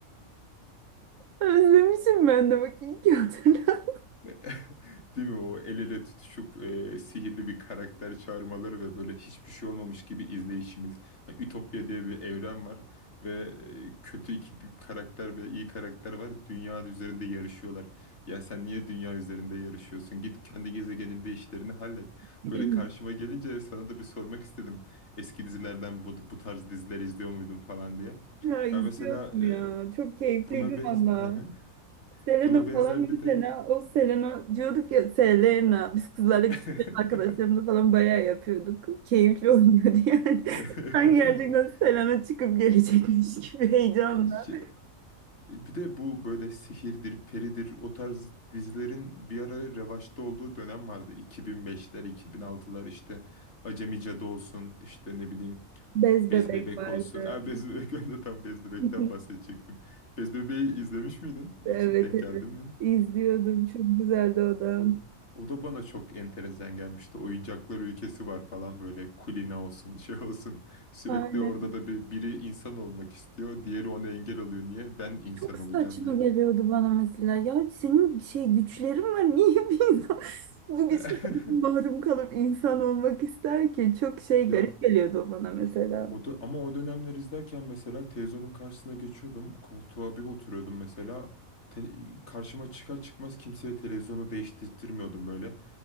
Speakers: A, on the right; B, on the left.
A: Özlemişim ben de bak iyi ki hatırlattın.
B: <laughs> Değil mi o el ele tutuşup e, sihirli bir karakter çağırmaları ve böyle hiçbir şey olmamış gibi izleyişimiz. Hani Ütopya diye bir evren var ve e, kötü iki bir karakter ve iyi karakter var. Dünya üzerinde yarışıyorlar. Ya sen niye dünya üzerinde yarışıyorsun? Git kendi gezegeninde işlerini hallet.
A: <clears throat>
B: Böyle karşıma gelince sana da bir sormak istedim. Eski dizilerden bu, bu tarz diziler izliyor muydun falan diye.
A: Ya izliyordum
B: Ben mesela e,
A: ya. Çok keyifliydi
B: buna benz
A: valla.
B: <laughs>
A: Selena
B: buna benzer
A: falan
B: bir
A: mesela
B: de
A: o Selena diyorduk ya Selena. Biz kızlarla
B: <laughs>
A: küçükken arkadaşlarımla falan bayağı yapıyorduk. Keyifli oluyordu yani.
B: <laughs>
A: <laughs> Sanki gerçekten Selena çıkıp gelecekmiş gibi heyecanla.
B: E, şey- Bir de bu böyle sihirdir, peridir o tarz dizilerin bir ara revaçta olduğu dönem vardı. 2005'ler, 2006'lar işte Acemi Cadı olsun, işte ne bileyim
A: Bez
B: Bez
A: bebek
B: Bebek
A: vardı.
B: olsun. Ha, Bez Bebek <laughs> ben de tam Bez Bebek'ten
A: <laughs>
B: bahsedecektim. Bez Bebek'i izlemiş miydin?
A: Evet
B: Hiç denk
A: evet.
B: geldin mi?
A: İzliyordum. Çok güzeldi o da.
B: O, o da bana çok enteresan gelmişti. Oyuncaklar ülkesi var falan böyle kulina olsun şey olsun. Sürekli
A: Aynen.
B: orada da bir, biri insan olmak istiyor. Diğeri ona engel oluyor. Niye? Ben insan
A: Çok saçma
B: olacağım diye.
A: geliyordu bana mesela. Ya senin şey güçlerin var. <laughs> Niye bir insan <laughs> bu güçlerden
B: <laughs>
A: mahrum kalıp insan olmak ister ki? Çok şey
B: Ya
A: garip geliyordu o bana mesela.
B: o da, ama o dönemler izlerken mesela televizyonun karşısına geçiyordum. Koltuğa bir oturuyordum mesela. Te- karşıma çıkar çıkmaz kimseye televizyonu değiştirtmiyordum böyle.